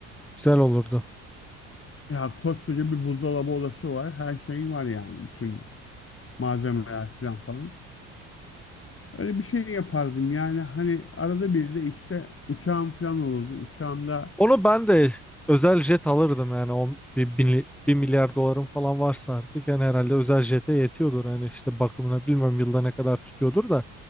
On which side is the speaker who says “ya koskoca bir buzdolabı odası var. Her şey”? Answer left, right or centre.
Left